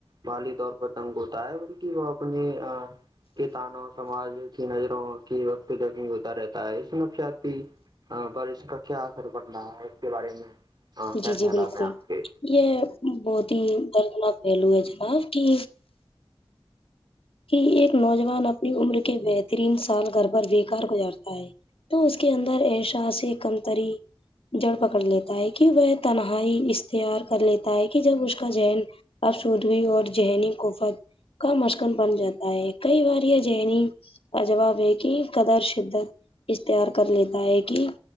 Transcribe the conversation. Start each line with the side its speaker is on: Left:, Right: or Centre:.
Right: مالی طور پر تنگ ہوتا ہے بلکہ وہ اپنے کتانوں سماج کی نظروں کی وقت زخمی ہوتا رہتا ہے اس نفشیاتی ہاں پر اس کا کیا اثر پڑ رہا ہے اس کے بارے میں ہاں کیا
Left: جی جی
Right: خیالات
Left: بالکل
Right: ہیں آپ کے
Left: یہ بہت ہی دردناک پہلو ہے جناب کہ کہ ایک نوجوان اپنی عمر کے بہترین سال گھر پر بےیکار گزارتا ہے تو اس کے اندر اشا سے کمتری جڑ پکڑ لیتا ہے کہ وہ تنہائی اختیار کر لیتا ہے کہ جب اس کا ین اب سودوی اور ذہنی کوفت کا مس بن جاتا ہے کئی بار یہ ذہنی کا جواب ہے کہ قدر شدت اشتہار کر لیتا ہے کہ